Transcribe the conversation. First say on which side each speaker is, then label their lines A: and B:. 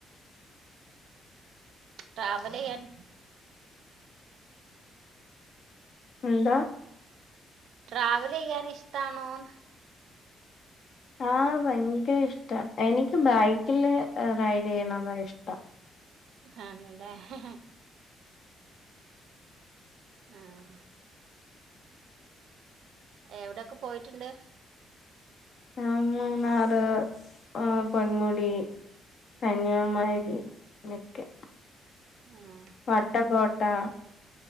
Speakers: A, on the right; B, on the left.
A: ട്രാവല് ചെയ്യാൻ.
B: എന്താ
A: ട്രാവല് ചെയ്യാൻ ഇഷ്ടാണോന്ന്
B: ആഹ് ഭയങ്കര ഇഷ്ട എനിക്ക് ബൈക്കില് റൈഡ് ചെയ്യണതാ ഇഷ്ടം.
A: ആണല്ലേ ഹ ഹ ആഹ് എവിടെയൊക്കെ പോയിട്ടുണ്ട്.
B: ആ മൂന്നാറ് ആ പൊൻമുടി കന്യാകുമാരി നിക്കെ
A: ആഹ്
B: പാട്ട് കേട്ടാ